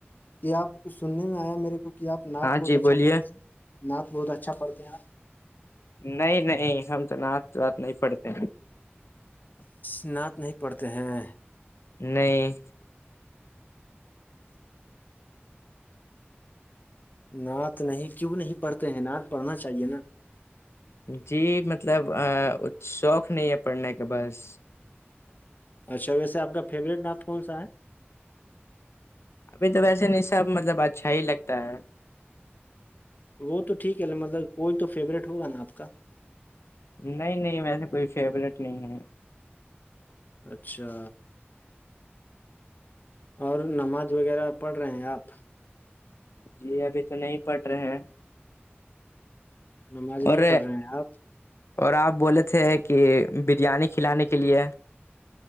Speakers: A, on the left (about 45°); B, on the left (about 85°).
A: یہ آپ سننے میں آیا میرے کو کہ آ نت
B: ہاں
A: بہت
B: جی
A: اچھا
B: بولیے
A: پڑتے ہیں نعت بہت اچھا پڑھ ہیں آپ
B: نہیں نہیں ہم تو نعت وات نہیں پڑتے
A: اناعت نہیں پڑتے ہیں
B: نہیں
A: نعت نہیں کیوں نہیں پڑھتے ہیں نعت پڑھنا چاہیے نا
B: جی مطلب شوق نہیں ہے پڑھنے کا بس
A: اچھا ویسےپ کا فیوریٹ ناپ کون سا ہے
B: ابھی تو ویسے نہیں سب مطلب اچھا ہی لگتا ہے
A: وہ تو ٹھیک ہے مطلب کوئی تو فیوریٹ ہوگا نا آپ کا
B: نہیں نہیں ویسے کوئی فیوریٹ نہیں ہے
A: اچھا اور نماز وغیرہ پڑھ رہے ہیں آپ
B: جی ابھی تو نہیں پڑ رہے ہیں
A: نماز نہیں
B: اور
A: پڑھ رہے ہیں آپ
B: اور آپ بولے تھے کہ بریانی کھلانے کے لیے